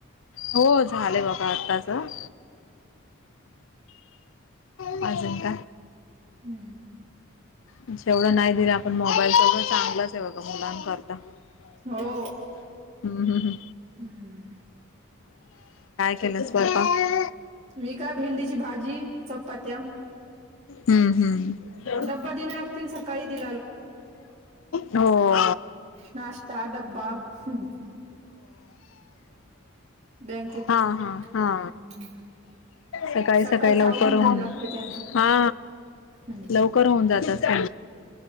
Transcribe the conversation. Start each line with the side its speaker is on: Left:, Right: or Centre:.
Left: हो झाले आहे बघा आत्ताचं पाजंंद
Right: हम्म
Left: जवढं नाही दिलं आपण मोबाईल सगळे चांगलंच आहे बघा मुलांकरता हम्म
Right: हो
Left: हम्म हम्म
Right: हम्म
Left: केला स्वयंपाक
Right: मी काय भेंडीची भाजी चपात्या
Left: हम्म हम्म
Right: डबा द्यायला पण सकाळी काहि दि
Left: हो
Right: नाश्ता त्या ड्बा ह बँकेत
Left: हा हा हा
Right: हम्म
Left: सकाळी
Right: सकाळच
Left: सकाळी काही लवकर
Right: आवरून
Left: होऊन
Right: देणं लागते त्यांचं
Left: हा
Right: हम्म
Left: लवकर होऊन जात असे